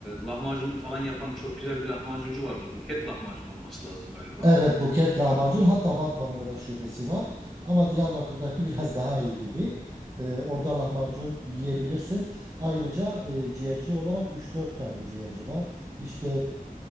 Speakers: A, in the centre; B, on the right.
A: lahmacun falan yapan çok güzel bir lahmacuncu vardı. Buket lahmacun olması lazım galiba.
B: Evet Buket lahmacun hatta Batman'da da şubesi var ama Diyarbakır'daki biraz daha iyi gibi. Ee, orada lahmacun yiyebilirsin. Ayrıca e, ciğerci olarak üç dört tane ciğerci var. İşte